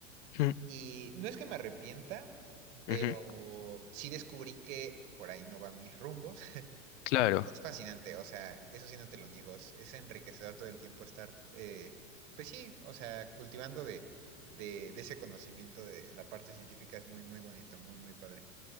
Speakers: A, on the left; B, on the right.
A: ujú,
B: Y no es que me arrepienta, pero
A: ujú,
B: sí descubrí que por ahí no van mis rumbos. <laughs>
A: Claro.
B: Es fascinante, o sea, eso sí no te lo niego, es, es enriquecedor todo el tiempo estar, eh, pues sí, o sea, cultivando de, de, de ese conocimiento de la parte científica es muy, muy bonito, muy, muy padre.